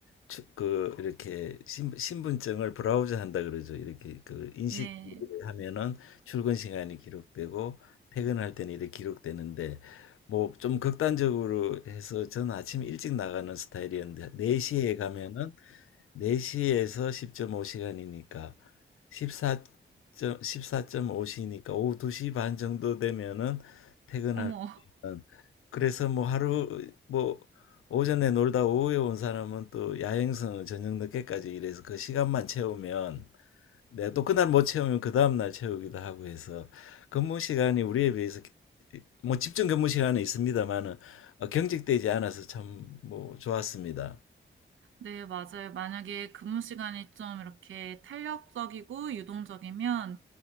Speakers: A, on the left (about 85°); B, on the right (about 70°).
A: 추- 그 이렇게 신, 신분증을 브라우저 한다 그러죠. 이렇게 그 인식
B: 네.
A: 하면은 출근 시간이 기록되고 퇴근할 때는 이렇게 기록되는데 뭐 좀 극단적으로 해서 저는 아침 일찍 나가는 스타일이었는데 4시에 가면은 4시에서 10.5시간이니까 14. 사점5시니까 오후 2시 반 정도 되면은 퇴근할
B: 어머.
A: 수 있는 그래서 뭐 하루 뭐 오전에 놀다 오후에 온 사람은 또 야행성은 저녁 늦게까지 일해서 그 시간만 채우면 네, 또 그날 못 채우면 그 다음날 채우기도 하고 해서 근무 시간이 우리에 비해서 뭐 집중 근무 시간은 있습니다만은 어, 경직되지 않아서 참 뭐 좋았습니다.
B: 네, 맞아요. 만약에 근무 시간이 좀 이렇게 탄력적이고 유동적이면